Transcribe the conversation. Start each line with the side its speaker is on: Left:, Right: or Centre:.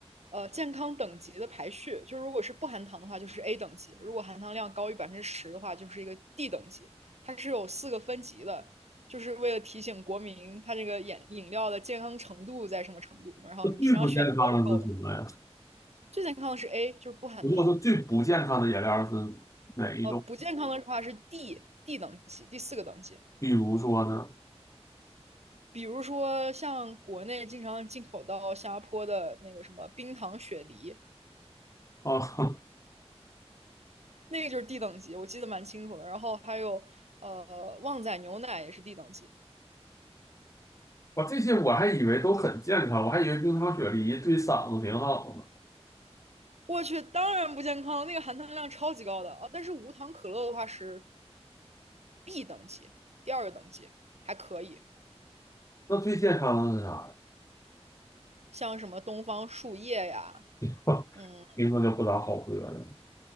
Right: 呃健康等级的排序，就是如果是不含糖的话，就是 A 等级；如果含糖量高于百分之十的话，就是一个 D 等级。它是有四个分级的，就是为了提醒国民它这个饮饮料的健康程度在什么程度。然后你平常选择的时候，
Left: 这最不健康的是什么呀？
Right: 最健康的是 A，就是不含糖；
Left: 如果说最不健康的饮料是哪一种？
Right: 呃，不健康的话是 D，D 等级，第四个等级。
Left: 比如说呢？
Right: 比如说像国内经常进口到新加坡的那个什么冰糖雪梨，
Left: 啊、<laughs>
Right: 那个就是 D 等级，我记得蛮清楚的。然后还有呃旺仔牛奶也是 D 等级，
Left: 我这些我还以为都很健康，我还以为冰糖雪梨对嗓子挺好呢。
Right: 我去，当然不健康了，那个含糖量超级高的啊。但是无糖可乐的话是 B 等级，第二个等级还可以，
Left: 那最健康的是啥呀？
Right: 像什么东方树叶呀，
Left: <laughs>
Right: 嗯。
Left: 听着就不咋好喝了。